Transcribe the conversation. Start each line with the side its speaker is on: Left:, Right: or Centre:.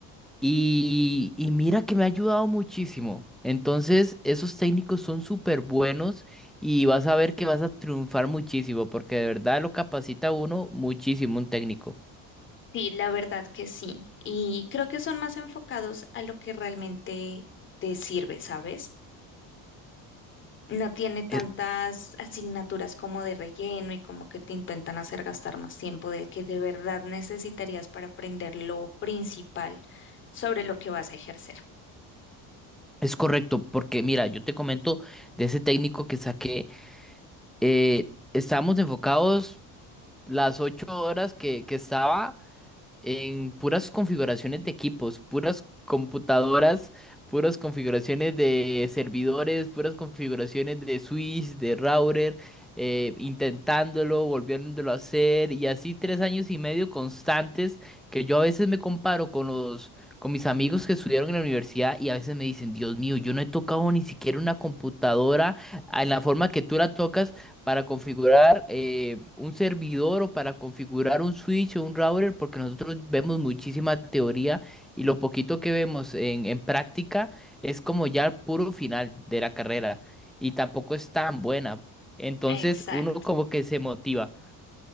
Centre: y, y mira que me ha ayudado muchísimo. Entonces, esos técnicos son súper buenos y vas a ver que vas a triunfar muchísimo, porque de verdad lo capacita a uno muchísimo un técnico.
Left: Sí, la verdad que sí. Y creo que son más enfocados a lo que realmente te sirve, ¿sabes? No tiene tantas
Centre: Es,
Left: asignaturas como de relleno y como que te intentan hacer gastar más tiempo del que de verdad necesitarías para aprender lo principal sobre lo que vas a ejercer.
Centre: es correcto, porque mira, yo te comento de ese técnico que saqué, eh, estábamos enfocados las ocho horas que, que estaba. en puras configuraciones de equipos, puras computadoras, puras configuraciones de servidores, puras configuraciones de switch, de router, eh, intentándolo, volviéndolo a hacer, y así tres años y medio constantes que yo a veces me comparo con los, con mis amigos que estudiaron en la universidad y a veces me dicen, Dios mío, yo no he tocado ni siquiera una computadora en la forma que tú la tocas para configurar eh, un servidor o para configurar un switch o un router, porque nosotros vemos muchísima teoría y lo poquito que vemos en, en práctica es como ya el puro final de la carrera y tampoco es tan buena. Entonces
Left: Exacto.
Centre: uno como que se motiva.